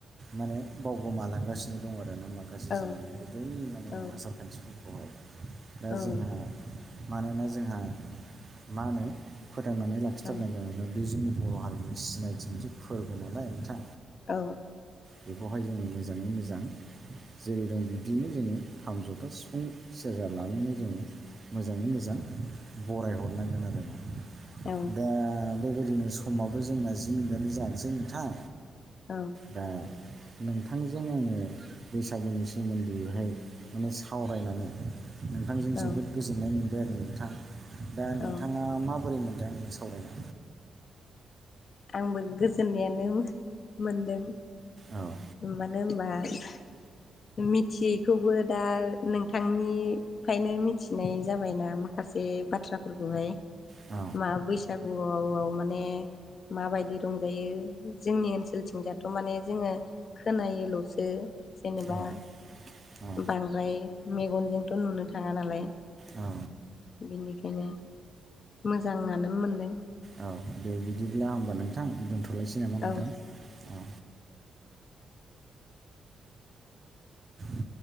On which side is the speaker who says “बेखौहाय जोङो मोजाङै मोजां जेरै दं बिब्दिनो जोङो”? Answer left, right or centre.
Right